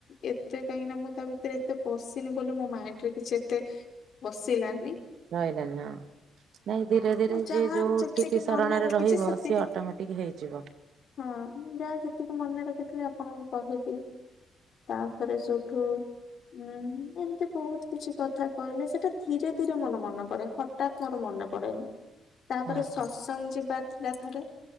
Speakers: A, on the left (about 60°); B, on the right (about 70°).
A: ଏତେ କାହିଁକିନା ମୁଁ ତା ଭିତରେ ଏତେ ପଶିନି। ମୁଁ କହିଲି ମୋ ମାଇଣ୍ଡରେ କିଛି ଏତେ ପସିଲାନି।
B: ରହିଲାନି ହଁ। ନାଇଁ ଧୀରେ-ଧୀରେ
A: ମୁଁ ଯାହା
B: ଯିଏ ଯୋଉଠିକି
A: ଯେତିକି
B: ଶରଣରେ
A: ମନେ ରଖିଛି
B: ରହିବ,
A: ସେତିକି
B: ସିଏ ଅଟୋମେଟିକ୍ ହେଇଯିବ।
A: ହଁ ମୁଁ ଯାହା ଯେତିକି ମନେ ରଖିଥିଲି ଆପଣଙ୍କୁ କହିଲି। ତାପରେ ସୋଉଠୁ ଉଁ ଏମ୍ତି ବହୁତ୍ କିଛି କଥା କହିଲେ, ସେଟା ଧୀରେ-ଧୀରେ ମୋର ମନେ ପଡେ ହଟାତ୍ ମୋର ମନେ ପଡେନି। ତାପରେ
B: ହଁ
A: ସତ୍ସଙ୍ଗ ଯିବାର ଥିଲା ଥରେ।